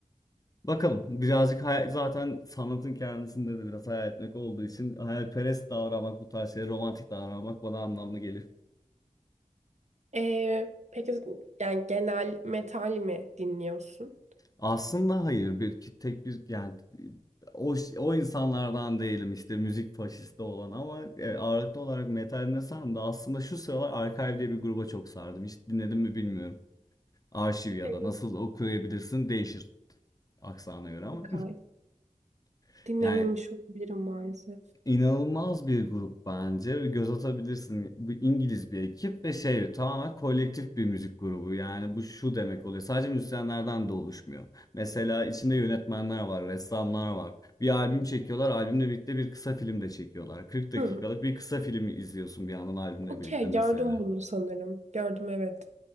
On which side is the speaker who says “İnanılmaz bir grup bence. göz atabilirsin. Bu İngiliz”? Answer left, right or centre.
Left